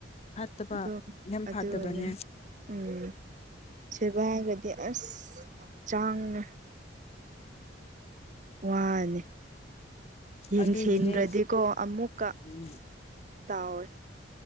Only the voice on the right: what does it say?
ꯑꯗꯨꯝ
ꯑꯗꯨ
ꯑꯣꯏꯅ ꯎꯝ ꯁꯦꯕꯒꯗꯤ ꯑꯁ ꯌꯥꯝ ꯆꯥꯡꯉꯤ ꯋꯥꯅꯤ ꯌꯦꯡꯁꯤꯟꯗ꯭ꯔꯗꯤꯀꯣ
ꯑꯃꯨꯛꯀ
ꯇꯥꯎꯋꯦ